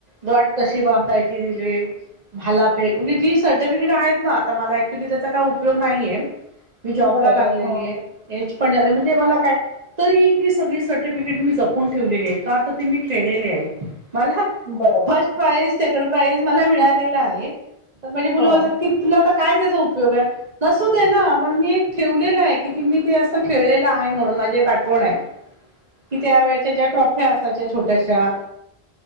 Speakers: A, on the right; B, on the left.
A: गाठ कशी वाप रायची <unintelligible> भालाफेक म्हणजे जी सर्टिफिकेट आहेत ना आता मला अक्चुली त्याचा काय उप योग नाहीये मी जॉबला
B: बरोबर
A: लागलेली
B: हा
A: आहे. एच पण झालंय म्हणजे मला काय तर ही ती सगळी सर्टिफिकेट मी जपून ठेवलेली आहे का तर ते मी खेळलेले आहे. मला
B: बरोबर
A: फर्स्ट प्राईज, सेकंड प्राईज मला मिळालेला आहे. तर म्हणजे
B: हो
A: <unintelligible> की तुला आता काय त्याजा उपयोग आहे? असुदे ना म्हणून मी एक ठेवलेलं आहे की मी ते असं खेळलेलं आहे म्हणून माझी एक आठवण आहे. कि त्या वेळेच्या ज्या ट्रॉफ्या असायच्या छोट्याशा